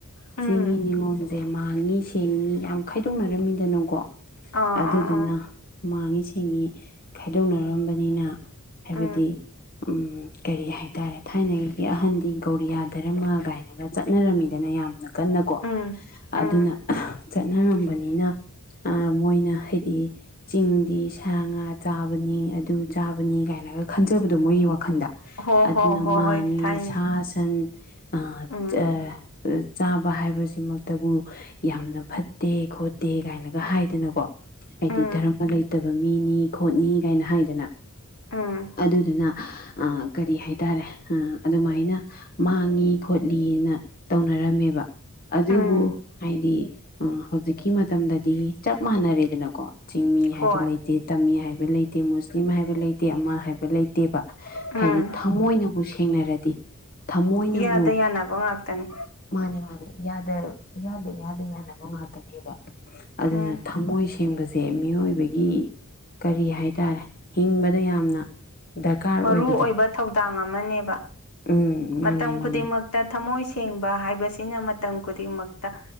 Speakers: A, on the left; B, on the left.
A: ꯎꯝ
B: ꯆꯤꯡꯃꯤ ꯅꯤꯉꯣꯜꯁꯦ ꯃꯥꯡꯉꯤ ꯁꯦꯡꯉꯤ ꯌꯥꯝ ꯈꯥꯏꯗꯣꯛꯅꯔꯝꯃꯤꯗꯅꯀꯣ
A: ꯑꯥ
B: ꯑꯗꯨꯗꯨꯅ
A: ꯑꯥ ꯑꯥ
B: ꯃꯥꯡꯉꯤ ꯁꯦꯡꯉꯤ ꯈꯥꯏꯗꯣꯛꯅꯔꯝꯕꯅꯤꯅ ꯍꯥꯏꯕꯗꯤ
A: ꯎꯝ
B: ꯎꯝ ꯀꯔꯤ ꯍꯥꯏꯇꯥꯔꯦ ꯊꯥꯏꯅꯒꯤꯒꯤ ꯑꯍꯟꯗꯤ ꯒꯧꯔꯤꯌꯥ ꯙꯔꯃꯥ ꯀꯥꯏꯅꯒ ꯆꯠꯅꯔꯝꯃꯤꯗꯅ ꯌꯥꯝꯅ ꯀꯟꯅꯀꯣ
A: ꯎꯝ ꯎꯝ
B: ꯑꯗꯨꯅ ꯆꯠꯅꯔꯝꯕꯅꯤꯅ ꯑꯥ ꯃꯣꯏꯅ ꯍꯥꯏꯗꯤ ꯆꯤꯡꯗꯤ ꯁꯥ ꯉꯥ ꯆꯥꯕꯅꯤ ꯑꯗꯨ ꯆꯥꯕꯅꯤ ꯀꯥꯏꯅꯒ ꯈꯟꯖ ꯈꯟꯖꯥꯕꯗꯣ ꯃꯣꯏꯒꯤ ꯋꯥꯈꯟꯗ
A: ꯍꯣ
B: ꯑꯗꯨꯅ
A: ꯍꯣ ꯍꯣ
B: ꯃꯥꯡꯉꯤ
A: ꯍꯣꯏ ꯊꯥꯏꯅꯦ
B: ꯁꯥ ꯁꯟ ꯑ
A: ꯎꯝ
B: ꯆ ꯆꯥꯕ ꯍꯥꯏꯕꯁꯤꯃꯛꯇꯕꯨ ꯌꯥꯝꯅ ꯐꯠꯇꯦ ꯈꯣꯠꯇꯦ ꯀꯥꯏꯅꯒ ꯍꯥꯏꯗꯅꯀꯣ ꯍꯥꯏꯗꯤ
A: ꯎꯝ
B: ꯙꯔꯃ ꯂꯩꯇꯕ ꯃꯤꯅꯤ ꯈꯣꯠꯅꯤ ꯀꯥꯏꯅ ꯍꯥꯏꯗꯅ
A: ꯎꯝ
B: ꯑꯗꯨꯗꯨꯅ ꯑꯥ ꯀꯔꯤ ꯍꯥꯏꯇꯥꯔꯦ ꯑꯗꯨꯃꯥꯏꯅ ꯃꯥꯡꯉꯤ ꯈꯣꯠꯂꯤꯅ ꯇꯧꯅꯔꯝꯃꯦꯕ ꯑꯗꯨꯕꯨ
A: ꯎꯝ
B: ꯍꯥꯏꯗꯤ ꯑ ꯍꯧꯖꯤꯛꯀꯤ ꯃꯇꯝꯗꯗꯤ ꯆꯞ ꯃꯥꯟꯅꯔꯦꯗꯅꯀꯣ ꯆꯤꯡꯃꯤ
A: ꯍꯣꯏ
B: ꯍꯥꯏꯕ ꯂꯩꯇꯦ ꯇꯝꯃꯤ ꯍꯥꯏꯕ ꯂꯩꯇꯦ ꯃꯨꯁꯂꯤꯝ ꯍꯥꯏꯕ ꯂꯩꯇꯦ ꯑꯃ ꯍꯥꯏꯕ ꯂꯩꯇꯦꯕ
A: ꯎꯝ
B: ꯍꯥꯏꯗꯤ ꯊꯃꯣꯏꯅꯕꯨ ꯁꯦꯡꯅꯔꯗꯤ ꯊꯃꯣꯏꯅꯕꯨ
A: ꯏꯌꯥꯗ ꯌꯥꯅꯕ ꯉꯥꯛꯇꯅꯤ
B: ꯃꯥꯅꯦ ꯃꯥꯅꯦ ꯌꯥꯗ ꯌꯥꯗ ꯌꯥꯗ ꯌꯥꯅꯕ ꯉꯥꯛꯇꯅꯦꯕ ꯑꯗꯨꯅ
A: ꯎꯝ
B: ꯊꯝꯃꯣꯏ ꯁꯦꯡꯕꯁꯦ ꯃꯤꯑꯣꯏꯕꯒꯤ ꯀꯔꯤ ꯍꯥꯏꯇꯥꯔꯦ ꯍꯤꯡꯕꯗ ꯌꯥꯝꯅ ꯗꯔꯀꯥꯔ
A: ꯃꯔꯨ
B: ꯑꯣꯏꯕꯗꯣ
A: ꯑꯣꯏꯕ ꯊꯧꯗꯥꯡ ꯑꯃꯅꯦꯕ
B: ꯎꯝ ꯃꯥꯅꯦ
A: ꯃꯇꯝ
B: ꯃꯥꯅꯦ
A: ꯈꯨꯗꯤꯡꯃꯛꯇ ꯊꯃꯣꯏ ꯊꯦꯡꯕ ꯍꯥꯏꯕꯁꯤꯅ ꯃꯇꯝ ꯈꯨꯗꯤꯡꯃꯛꯇ